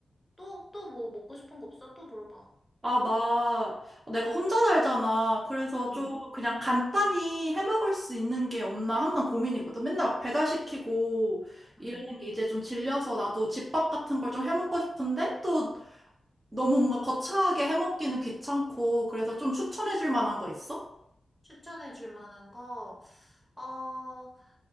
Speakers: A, in the centre; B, on the right.
A: 또, 또 뭐 먹고 싶은 거 없어? 또 물어봐.
B: 아, 나, 내가 혼자 살잖아. 그래서
A: 응,
B: 좀 그냥 간단히 해 먹을 수 있는 게 없나 항상 고민이거든. 맨날 막 배달시키고 이러는
A: 응.
B: 게 이제 좀 질려서 나도 집밥 같은 걸 좀 해 먹고 싶은데 또 너무 뭔가 거창하게 해 먹기는 귀찮고 그래서 좀 추천해 줄 만한 거 있어?
A: 추천해줄 만한 거. 어,